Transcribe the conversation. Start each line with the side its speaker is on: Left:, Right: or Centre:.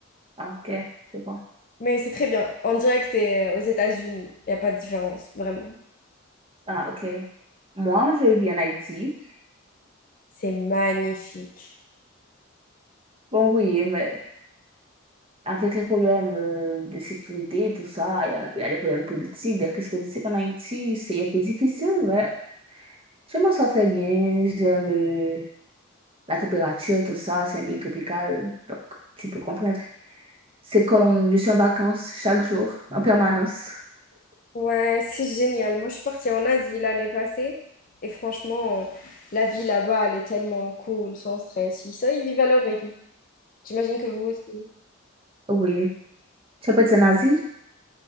Right: Ah, ok, c'est bon.
Left: Mais c'est très bien. On dirait que tu es aux États-Unis. Il n'y a pas de différence, vraiment.
Right: Ah, ok. Moi, je vis en Haïti.
Left: C'est magnifique.
Right: Bon, oui, mais avec les problèmes euh, de sécurité et tout ça, il y a, il y a les problèmes politiques, des crises politiques en Haïti, c'est un peu difficile, mais je m'en sors très bien. J'aime euh, la température, tout ça, c'est un pays tropical, donc tu peux comprendre. C'est comme je suis en vacances chaque jour, en permanence.
Left: Ouais, c'est génial. Moi, je suis partie en Asie l'année passée et franchement, la vie là-bas, elle est tellement cool, sans stress. Ils, ça, ils vivent à leur rythme. J'imagine que vous aussi.
Right: Oui. Tu as pas été en Asie?